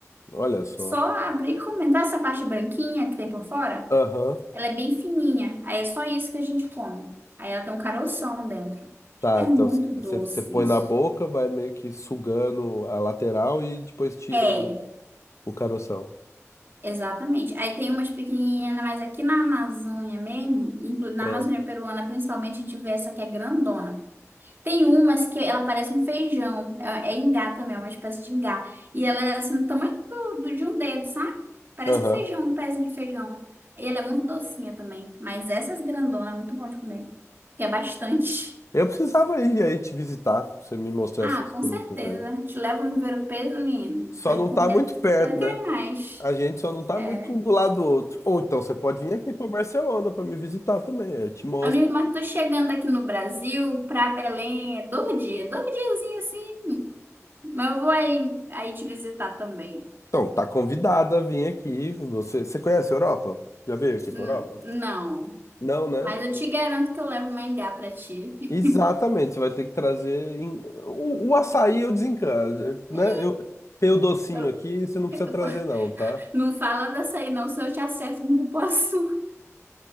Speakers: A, on the left (about 65°); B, on the right (about 45°).
A: Olha só.
B: Só abrir e comer. Tá essa parte branquinha que tem por fora?
A: Aham.
B: Ela é bem fininha. Aí é só isso que a gente come. Aí ela tem um caroção dentro.
A: Tá,
B: É muito
A: então
B: doce
A: você põe
B: isso.
A: na boca, vai meio que sugando a lateral e depois tira
B: É,
A: O caroção.
B: exatamente. Aí tem umas pequenininhas, mas aqui na Amazônia mesmo, inclu- na
A: Ah,
B: Amazônia peruana principalmente, a gente vê essa que é grandona. Tem umas que ela parece um feijão. É, é ingá também, é uma espécie de ingá. E ela é assim, do tamanho do, do- de um dedo, sabe? Parece
A: Aham.
B: um feijão, um pezinho de feijão. E ela é muito docinha também. Mas essas grandonas é muito bom de comer. Porque é bastante. <laughs>
A: Eu precisava ir aí te visitar, pra você me mostrar
B: Ah,
A: essas
B: com
A: frutas
B: certeza.
A: aí.
B: Te leva no ver o peso, menino.
A: Só
B: Vai
A: não
B: comer
A: tá muito perto,
B: até querer
A: né?
B: mais.
A: A gente só não tá
B: É.
A: muito um
B: É.
A: do lado do outro. Ou então você pode vir aqui pra Barcelona pra me visitar também, aí eu te mostro.
B: Amigo, mas tô chegando aqui no Brasil, pra Belém, é dois dias. Dois diazinhos assim. Mas eu vou aí, aí te visitar também.
A: Então, tá convidada a vir aqui. Você, você conhece a Europa? Já veio aqui pra
B: Hum,
A: Europa?
B: Não,
A: Não, né?
B: mas eu te garanto que eu levo mangá pra ti.
A: Exatamente,
B: <laughs>
A: você vai ter que trazer. em- O, o açaí eu desencano, né?
B: Ih,
A: Eu tenho o docinho
B: Eu- eu-
A: aqui, você não precisa
B: <laughs>
A: trazer, não, tá?
B: Não fala dessa aí não, senão eu te acerto com o cupuaçu.